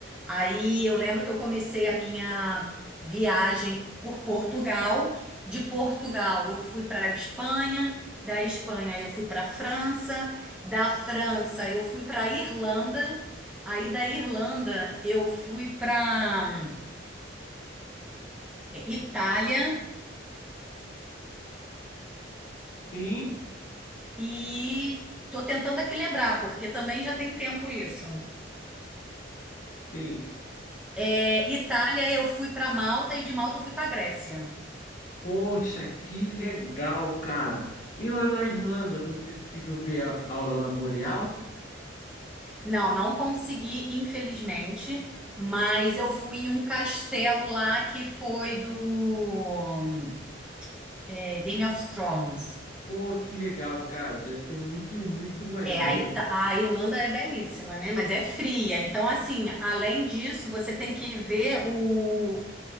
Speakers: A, in the centre; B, on the left.
A: Aí eu lembro que eu comecei a minha viagem por Portugal. De Portugal eu fui para a Espanha, da Espanha eu fui para a França, da França eu fui para a Irlanda, aí da Irlanda eu fui para Itália.
B: Sim,
A: E tô tentando aqui lembrar, porque também já tem tempo isso.
B: sim.
A: É, Itália, eu fui para Malta e de Malta eu fui para Grécia.
B: Poxa, que legal, cara. E lá na Irlanda, você conseguiu ver a aurora boreal?
A: Não, não consegui, infelizmente, mas eu fui em um castelo lá que foi do é, Game of Thrones.
B: Pô, que legal, cara. Deve ser muito, muito maneiro.
A: É, a, Ita- a Irlanda é belíssima, né? Mas é fria. Então, assim, além disso, você tem que ver o,